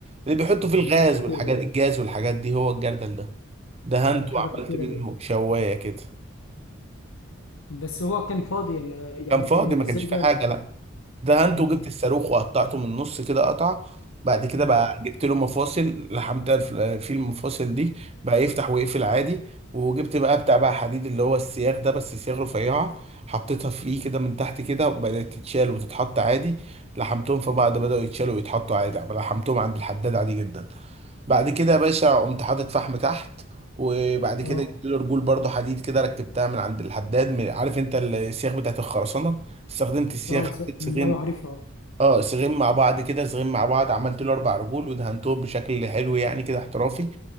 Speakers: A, on the right (about 30°); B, on the left (about 80°).
A: اللي بيحطوا
B: اه
A: فيه
B: ده
A: الغاز
B: شغل خطير
A: والحاجات
B: ده
A: الجاز والحاجات دي هو الجردل ده دهنته
B: ده ده حاجة
A: وعملت
B: خطيرة
A: منه
B: دي
A: شوايه كده
B: بس هو كان فاضي يعني يعني
A: كان فاضي ما
B: ازاي
A: كانش فيه
B: ده
A: حاجه لا ده انتوا
B: امم
A: جبت الصاروخ وقطعته من النص كده قطعه بعد كده
B: اه
A: مم. بقى جبت له مفاصل لحمتها الف- في المفاصل دي بقى يفتح ويقفل عادي وجبت بقى بتاع بقى حديد اللي هو السياخ ده بس سياخ رفيعه حطيتها فيه كده من تحت كده وبدات تتشال وتتحط عادي لحمتهم في بعض بدأوا يتشالوا ويتحطوا عادي لحمتهم عند الحداد عادي جدا بعد كده يا باشا قمت حاطط فحم تحت وبعد كده
B: اه
A: جبت له رجول برضه حديد كده ركبتها من عند الحداد من عارف انت السياخ بتاعت الخرسانه استخدمت السياخ
B: اه س-
A: حطيت سيخين
B: أمم، ايوه عارفها
A: اه صغير مع بعض كده صغير مع بعض عملت له اربع رجول ودهنتهم بشكل حلو يعني كده احترافي